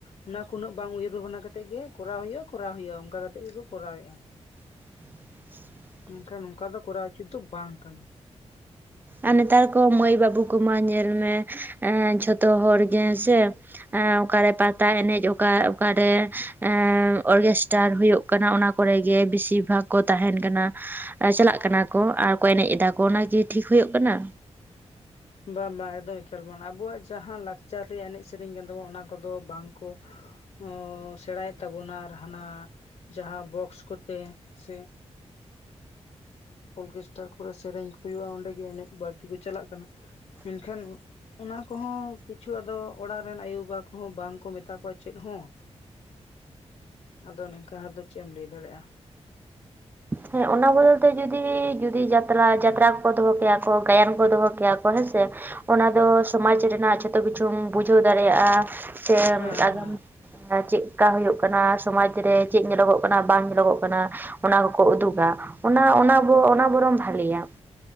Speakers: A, on the left; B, on the right.
A: ᱚᱱᱟ ᱠᱚ ᱩᱱᱟᱹᱜ ᱵᱟᱝ ᱩᱭᱦᱟᱹᱨ ᱵᱷᱟᱵᱽᱱᱟ ᱠᱟᱛᱮ ᱜᱮ ᱠᱚᱨᱟᱣ ᱦᱩᱭᱩᱜᱼᱟ ᱠᱚᱨᱟᱣ ᱦᱩᱭᱩᱜᱼᱟ ᱚᱝᱠᱟ ᱠᱟᱛᱮ ᱜᱮᱠᱚ ᱠᱚᱨᱟᱣᱮᱜᱼᱟ᱾
B: <inaudible>
A: ᱢᱮᱱᱠᱷᱟᱱ ᱱᱚᱝᱠᱟ ᱫᱚ ᱠᱚᱨᱟᱣ ᱩᱪᱤᱛ ᱫᱚ ᱵᱟᱝ ᱠᱟᱱᱟ᱾
B: ᱟᱨ ᱱᱮᱛᱟᱨ ᱠᱚ ᱢᱟᱹᱭ ᱵᱟᱹᱵᱩ ᱠᱚᱢᱟ ᱧᱮᱞ ᱢᱮ ᱮᱸ ᱡᱷᱚᱛᱚ ᱦᱚᱲ ᱜᱮ ᱦᱮᱸᱥᱮ ᱮᱸᱻ ᱚᱠᱟᱨᱮ ᱯᱟᱛᱟ ᱮᱱᱮᱡ ᱚᱠᱟ ᱚᱠᱟᱨᱮ ᱮᱸᱻ ᱚᱨᱜᱮᱥᱴᱟᱨ ᱦᱳᱭᱳᱜ ᱠᱟᱱᱟ ᱚᱱᱟ ᱠᱚᱨᱮ ᱜᱮ ᱵᱤᱥᱤᱨ ᱵᱷᱟᱜᱽ ᱠᱚ ᱛᱟᱸᱦᱮᱱ ᱠᱟᱱᱟ᱾ ᱟᱨ ᱪᱟᱞᱟᱜ ᱠᱟᱱᱟ ᱠᱚ ᱟᱨ ᱠᱚ ᱮᱱᱮᱡ ᱮᱫᱟ ᱠᱚ ᱚᱱᱟᱠᱤ ᱴᱷᱤᱠ ᱦᱳᱭᱳᱜ ᱠᱟᱱᱟ
A: ᱵᱟᱝ ᱵᱟᱝ ᱮᱠᱫᱚᱢ ᱮᱠᱟᱞ ᱵᱟᱱ ᱟᱵᱚᱣᱟᱜ ᱡᱟᱦᱟᱸ ᱞᱟᱠᱪᱟᱨ ᱨᱮᱭᱟᱜ ᱮᱱᱮᱡ ᱥᱮᱨᱮᱧ ᱠᱟᱱ ᱛᱟᱵᱚᱱᱟ ᱚᱱᱟ ᱠᱚᱫᱚ ᱵᱟᱝᱠᱚ ᱦᱚᱸ ᱥᱮᱬᱟᱭᱮᱫ ᱛᱟᱵᱚᱱᱟ ᱟᱨ ᱦᱟᱱᱟ ᱡᱟᱦᱟᱸ ᱵᱚᱠᱥ ᱠᱚᱛᱮ ᱥᱮ ᱚᱨᱜᱮᱥᱴᱟᱨ ᱠᱚᱨᱮ ᱥᱮᱨᱮᱧ ᱠᱚ ᱦᱩᱭᱩᱜᱼᱟ᱾ ᱚᱸᱰᱮᱜᱮ ᱮᱱᱮᱡ ᱵᱟᱹᱲᱛᱤ ᱠᱚ ᱪᱟᱞᱟᱜ ᱠᱟᱱᱟ᱾ ᱢᱮᱱᱠᱷᱟᱱ ᱚᱱᱟ ᱠᱚᱦᱚᱸ ᱠᱤᱪᱷᱩ ᱟᱫᱚ ᱚᱲᱟᱜ ᱨᱮᱱ ᱟᱭᱳᱼᱵᱟᱵᱟ ᱠᱚᱦᱚᱸ ᱵᱟᱝ ᱠᱚ ᱢᱮᱛᱟ ᱠᱚᱣᱟ ᱪᱮᱫ ᱦᱚᱸ᱾ ᱟᱫᱚ ᱱᱮᱝᱠᱟ ᱦᱚᱲ ᱫᱚ ᱪᱮᱫ ᱮᱢ ᱞᱟᱹᱭ ᱫᱟᱲᱮᱭᱟᱜᱼᱟ᱾
B: ᱦᱮᱸ ᱚᱱᱟ ᱵᱚᱫᱚᱞ ᱛᱮ ᱡᱩᱫᱤ, ᱡᱩᱫᱤ ᱡᱟᱛᱨᱟ ᱡᱟᱛᱨᱟ ᱠᱚ ᱫᱚᱦᱚ ᱠᱮᱭᱟ ᱠᱚ, ᱜᱟᱭᱟᱱ ᱠᱚ ᱫᱚᱦᱚ ᱠᱮᱭᱟ ᱠᱚ ᱦᱮᱸ ᱥᱮ, ᱚᱱᱟ ᱫᱚ ᱥᱚᱢᱟᱡᱽ ᱨᱮᱱᱟᱜ ᱡᱷᱚᱛᱚ ᱠᱤᱪᱷᱩᱢ ᱵᱩᱡᱷᱟᱹᱣ ᱫᱟᱲᱮᱭᱟᱜᱼᱟ, ᱥᱮ
A: ᱦᱮᱸ
B: ᱟᱡᱚᱢ
A: ᱦᱮᱸ
B: ᱪᱮᱫᱠᱟ ᱦᱳᱭᱳᱜ ᱠᱟᱱᱟ ᱥᱚᱢᱟᱡᱽ ᱨᱮ ᱪᱮᱫ ᱧᱮᱞᱚᱜᱚᱜ ᱠᱟᱱᱟ ᱵᱟᱝ ᱧᱮᱞᱚᱜᱚᱜ ᱠᱟᱱᱟ ᱚᱱᱟ ᱠᱚᱼᱼ ᱠᱚ ᱩᱫᱩᱜᱟ ᱚᱱᱟ ᱚᱱᱟ ᱵᱚ ᱚᱱᱟ ᱵᱚᱨᱚᱢ ᱵᱷᱟᱹᱞᱤᱭᱟ᱾